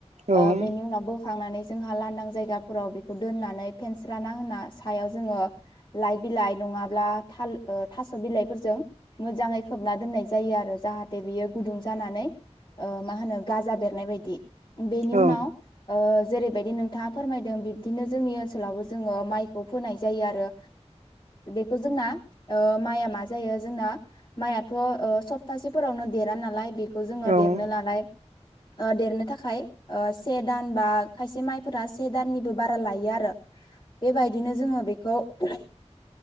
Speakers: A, on the right (about 80°); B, on the left (about 40°).
A: औ
B: ओ बेनि उनाव बो होखांनानै जोंहा लांदां जायगाफोराव बेखौ दोननानै फेनस्राना होना सायाव जोङो लाइ बिलाइ नङाब्ला थाल थास' बिलाइफोरजों मोजाङै खोबना दोननाय जायो आरो जाहाथे बियो गुदुं जानानै ओ मा होनो गाजा बेरनाय बायदि बेनि
A: औ
B: उनाव ओ जेरैबायदि नोंथाङा फोरमायदों बिब्दिनो जोंनि ओनसोलावबो जोङो माइखौ फोनाय जायो आरो बेखौ जोंना माइआ मा जायो जोंना माइआथ' सप्तासेफोरावनो देरा नालाय बे खौ जोङो
A: औ
B: देरनो लानाय ओ देरनो थाखाय से दान बा खायसे माइफोरा से दाननिबो बारा लायो आरो बेबायदिनो जोङो बेखौ ओ